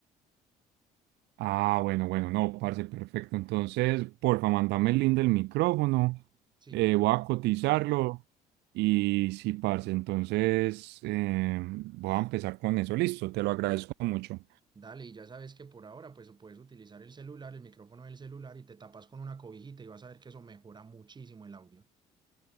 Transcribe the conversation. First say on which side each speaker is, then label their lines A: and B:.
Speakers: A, on the right; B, on the right.
A: Ah, bueno, bueno, no, parce, perfecto. Entonces, porfa, mándame el link del micrófono,
B: Sí,
A: eh, voy a cotizarlo y sí, parce, entonces eh, voy a empezar con eso. Listo, te lo agradezco mucho.
B: dale, y ya sabes que por ahora pues puedes utilizar el celular, el micrófono del celular y te tapas con una cobijita y vas a ver que eso mejora muchísimo el audio.